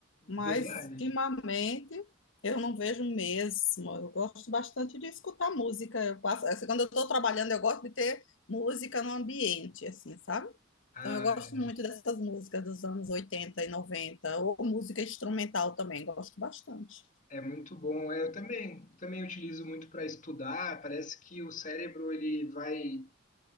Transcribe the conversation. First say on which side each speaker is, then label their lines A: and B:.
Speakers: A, on the left; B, on the left.
A: Mas,
B: verdade.
A: ultimamente, eu não vejo mesmo. Eu gosto bastante de escutar música. Eu passo, assim, quando eu estou trabalhando, eu gosto de ter música no ambiente, assim, sabe?
B: Ah,
A: Então, eu gosto muito dessas músicas dos anos 80 e noventa. ou música instrumental também, gosto bastante.
B: é é muito bom. É, Eu também, também utilizo muito para estudar. Parece que o cérebro ele vai,